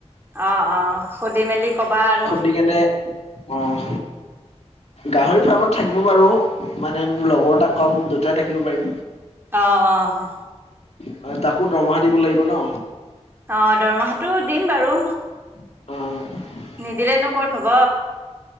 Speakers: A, on the right (about 20°); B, on the left (about 65°).
A: অ', অ', সুধি মেলি কবা আৰু।
B: <unintelligible> অ'। গাহৰি ফাৰ্মত থাকিব পাৰো, মানে মোৰ লগৰ এটা কম দুটাই থাকিব পাৰিম।
A: অ', অ'।
B: মানে তাকো দৰমহা দিব লাগিব ন।
A: অ', দৰমাহাটো দিম বাৰু।
B: অ'।
A: নিদিলেনো ক'ত হব।